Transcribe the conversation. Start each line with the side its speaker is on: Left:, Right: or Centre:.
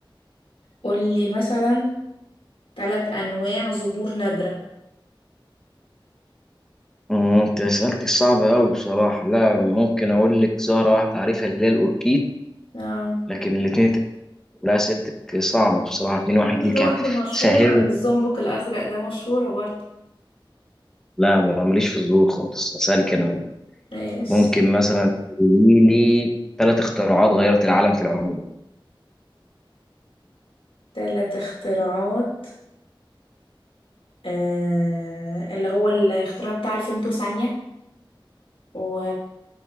Left: قولي مثلا ثلاث أنواع زهور نادرة
Centre: أمم، انت سألتي صعبة أوي بصراحة لا ممكن أقول لك زهرة واحدة عارفها اللي هي الأوركيد
Left: اه
Centre: لكن الاتنين الت- لا أسئلتك صعبة بصراحة اتنين
Left: في
Centre: واحد
Left: برضه
Centre: ليك
Left: واحدة مشهورة
Centre: سهل
Left: الزومبك الأزرق ده مشهورة برضه
Centre: لا ما- ماليش في الزهور خالص أسألك أنا بقى
Left: ماشي
Centre: ممكن مثلا تقولي لي ثلاث اختراعات غيرت العالم في العموم
Left: ثلاث اختراعات آه اللي هو الاختراع بتاع الفيمتو ثانية و...